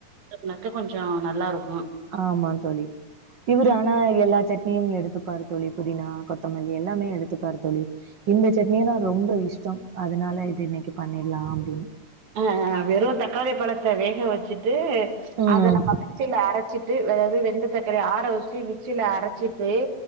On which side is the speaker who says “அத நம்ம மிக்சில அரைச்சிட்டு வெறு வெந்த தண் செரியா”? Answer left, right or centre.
Right